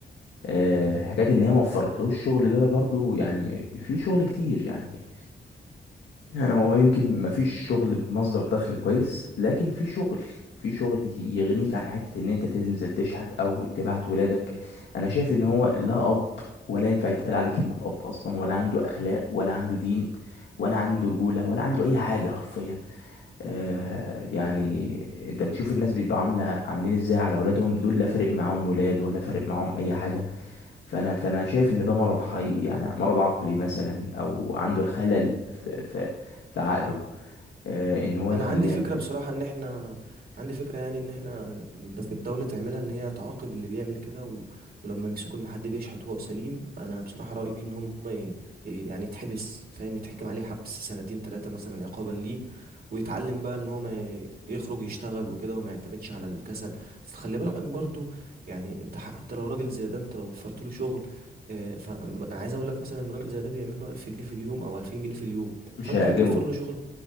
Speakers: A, on the left; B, on the right.
A: آه، حكاية إن هي ما وفرتلوش الشغل ده برضو يعني في شغل كتير يعني يعني هو يمكن ما فيش شغل بمصدر دخل كويس لكن في شغل في شغل يغنيك عن حتة ان انت تنزل تشحت او تبعت ولادك انا شايف ان هو لا اب ولا ينفع يتقال عليه كلمة اب اصلا ولا عنده اخلاق ولا عنده دين ولا عنده رجولة ولا عنده اي حاجة حرفيا آه يعني انت بتشوف الناس بيبقى عامله عاملين ازاي على اولادهم دول لا فارق معاهم ولاد ولا فارق معاهم اي حاجه فانا فانا شايف ان ده مرض حي يعني مرض عقلي مثلا او عنده الخلل في في في عقله آه ان هو يخليه
B: انا عندي
A: يعمل
B: فكره
A: كده
B: بصراحه ان احنا عندي فكره يعني ان احنا ده في الدوله تعملها ان هي تعاقب اللي بيعمل كده و... ولما يمسكوا ان حد بيشحت وهو سليم انا بصراحه رايي ان هم ي... ي- يعني يتحبس فاهم يتحكم عليه حبس سنتين ثلاثه مثلا عقابا ليه ويتعلم بقى ان هو ما ي- يخرج يشتغل وكده وما يعتمدش على الكسل بس خلي بالك برضو يعني انت حتى لو راجل زي ده انت لو وفرت له شغل آه، فانا عايز اقول لك مثلا ان راجل زي ده بيعمل له 1000 جنيه في اليوم او 2000 جنيه في اليوم
A: مش
B: فانت
A: هيعجبه
B: هتوفر له شغل